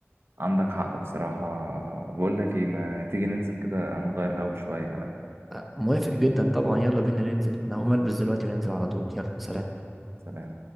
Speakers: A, on the right (about 60°); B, in the centre.
A: عندك حق بصراحه بقول لك ايه ما تيجي ننزل كده نغير جو شويه
B: أه، موافق جدا طبعا يلا بينا ننزل انا هقوم البس دلوقتي وننزل على طول يلا سلام
A: سلام